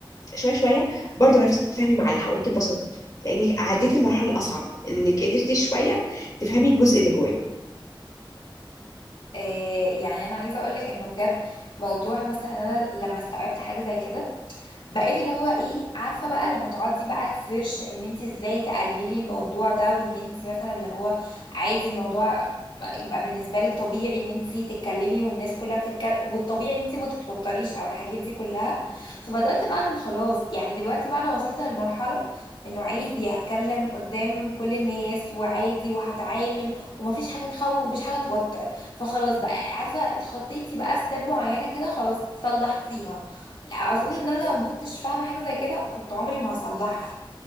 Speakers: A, on the left; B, on the left.
A: شويه شويه برضو عرفتي تتفاهمي مع اللي حواليك ببساطه لانك عديتي المرحله الاصعب انك قدرتي شويه تفهمي الجزء اللي
B: إيه يعني انا عايزه اقول لك انه بجد موضوع مثلا انا لما استوعبت حاجه زي كده بقيت اللي هو ايه عارفه بقى لما تقعدي بقى تسيرش ان انت ازاي تقللي الموضوع ده وان انت مثلا اللي هو عايزه الموضوع يبقى بالنسبه لك طبيعي ان انت تتكلمي والناس كلها بتتكلم والطبيعي ان انت ما تتوتريش او الحاجات دي كلها فبدات بقى ان خلاص يعني دلوقتي بقى انا وصلت للمرحله انه عادي هتكلم قدام كل الناس وعادي وهتعامل ومفيش حاجه تخوف ومفيش حاجه توتر فخلاص بقى عارفه اتخطيتي بقى ستيب معينه كده خلاص صلحتيها لا اظن
A: جواكي
B: ان انا لو ما كنتش فاهمه حاجه زي كده كنت عمري ما هصلحها